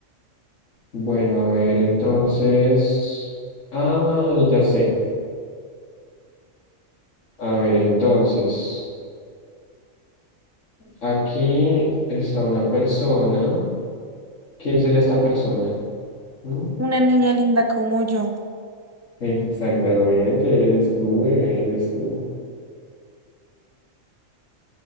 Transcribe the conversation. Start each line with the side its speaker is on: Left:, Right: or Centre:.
Left: Bueno, a ver, entonces. Ah, ya sé. A ver, entonces. Aquí está una persona. ¿Quién será esta persona? ¿Mm?
Right: Una niña linda como yo.
Left: Exactamente, eres tú, bebé, eres tú.